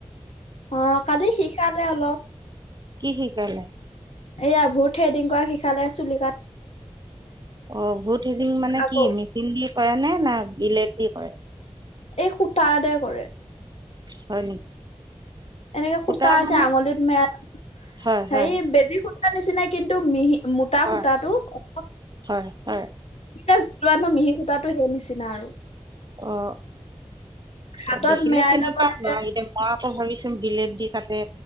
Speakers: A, on the left; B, on the right.
A: অ কালি শিকালে অলপ।
B: কি শিকালে
A: এয়া ভূতহে সফালে আছিলে।
B: অ ভূত সেইদিন মানে
A: আকৌ
B: কি মিচিন দি কৰা নে না বিলেতি কৰে।
A: এই খুঁটাততে কৰে।
B: হয় নেকি?
A: এনেকে
B: সূতা
A: সুতা আছে
B: মানে
A: আঙুলিত মেলেল
B: হয়,
A: হে
B: হয়,
A: বেজি সূতাৰ নিচিনাই কিন্তু মিহি মোতা
B: হয়,
A: সূতাটো অলপ।
B: হয়, হয়।
A: এতি জানো মিহি সূতটো সেই নিচিনা আৰু
B: অ
A: হাতত
B: অ দেখিলে
A: মেৰাই
B: কিন্তু
A: ল'ব
B: পাম
A: লাগে
B: ব এতিয়া মই। আকৌ ভাবিছ বিলেট দি কাটে